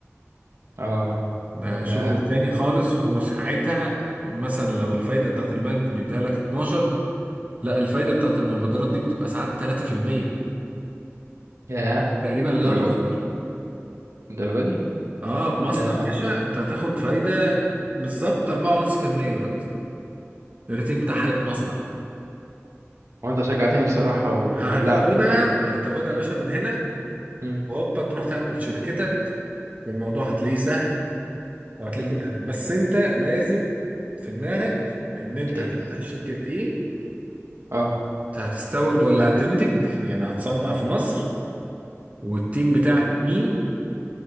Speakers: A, on the right (about 75°); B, on the right (about 30°).
A: اه
B: ده
A: ده
B: شغل تاني خالص وساعتها مثلا لو الفايدة بتاعت البنك بيديها لك 12 لا الفايدة بتاعت المبادرات دي بتبقى ساعات 3%
A: ياه
B: تقريبا لا
A: الدرجة
B: تذكر
A: دي الدرجة دي
B: اه مصنع
A: ده
B: يا باشا انت هتاخد فايدة بالظبط 4.5% دلوقتي الريتنج بتاعها للمصنع
A: هو انت شجعتني بصراحة ولا
B: هتاخدها
A: يعني
B: هتاخدها
A: م-
B: يا باشا من هنا
A: م-
B: وهوبا تروح تعمل شركتك والموضوع هتلاقيه سهل وهتلاقيه
A: م.
B: كل حاجة بس انت لازم في دماغك ان انت
A: ال-
B: هتفتح شركة ايه
A: اه
B: انت هتستورد ولا هتنتج يعني هتصنع في مصر والتيم بتاعك مين